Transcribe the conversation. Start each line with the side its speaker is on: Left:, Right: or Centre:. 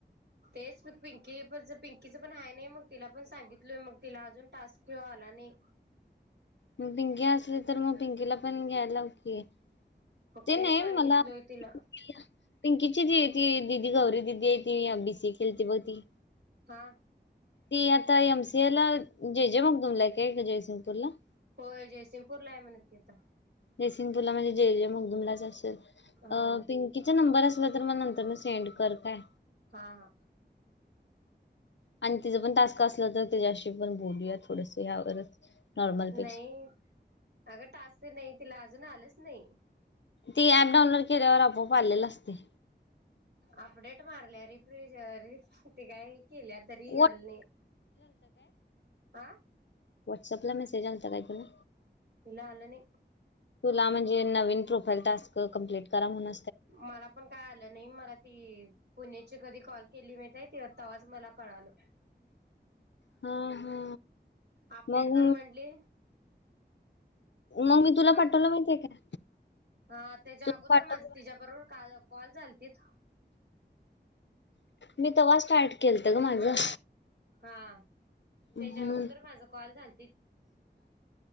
Right: तेच मग पिंकी पण पिंकीचं पण आहे नाही मग तिला पण सांगितलोय मग तिला अजून टास्क नाही आला आणि
Left: मग पिंकी असली तर मग पिंकीला पण घ्यायला लाव की
Right: मग
Left: ते नाही
Right: सांगितलोय
Left: मला <inaudible>
Right: तिला
Left: पिंकीची जी ती दिदी गौरी दिदी आहे ती बी सी केलती -बघ ती
Right: हा
Left: ती आता एम सी एला जेजे मग तुमलाय का आहे का जयसिंगपूरला
Right: होय जयसिंगपूरला आहे म्हणथ
Left: जेसिंग पूला म्हणजे जे जे मगदुमलाच असेल
Right: हा
Left: पिंकीचा नंबर अस तर म नंतर सेंड करतय
Right: हा हा
Left: आणि तिचं पण टाासक असलं तर त्याच्याशी ण बोलूया थोडस ह्या नॉर्मलपेक्षा
Right: नाही अगं टाचक नाही तिला अजून आलंच नाही
Left: ती ऍप डाउनलोड केल्यावर आपोआप आलेल असते
Right: अपडेट मारल्या रिफ्रिजर ते काय केले आता रियालने
Left: व्हॉट्सअप
Right: हा
Left: व्हॉट्सअप ला मेसेज आलता काही पण
Right: इला आलने
Left: तुला म्हणजे नवीन प्रोफाईल टास्क कं्प्लीट करा म्ह
Right: मला पण काय आलं नाही मला ती पुण्याची कधी कॉल केली मिळतय तेताव्हाच मला कळाल
Left: हा हा
Right: अपडेट
Left: मग
Right: कर म्हटली
Left: मग मी तुला
Right: काय
Left: पाठवलं माहितीे का
Right: हा त्याच्या
Left: तू
Right: अगोदर
Left: पाठवलं
Right: माझ तिच्या्या बरोबर काल कॉल झाल त
Left: मी तेव्हा स्टार्ट केलत ग माझं
Right: हा
Left: म्हणून
Right: त्याच्या अगोदर माझ कॉल झाल